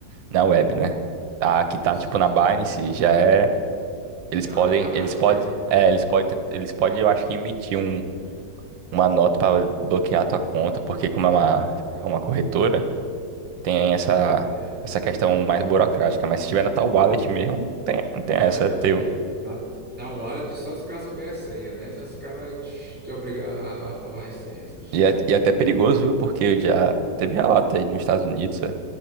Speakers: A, on the right; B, in the centre.
A: na web, né? A que
B: isso,
A: tá, tipo,
B: isso.
A: na Binance já é.
B: Já,
A: Eles podem.
B: já rastreia.
A: Eles podem. É, eles podem. Eles
B: É,
A: podem, eu acho que emitir um, uma nota pra bloquear a tua conta, porque como é uma, é uma corretora, tem essa,
B: é,
A: essa
B: é.
A: questão mais burocrática. Mas se tiver na tua wallet mesmo, não tem, não tem
B: Já
A: essa,
B: era.
A: é teu.
B: É. Na, na wallet, só se os caras souberem a senha, né? Só se os caras te, te obrigar a, a falar as senhas.
A: E é, e é
B: O,
A: até perigoso,
B: o,
A: viu? Porque já teve relato aí nos Estados Unidos. é.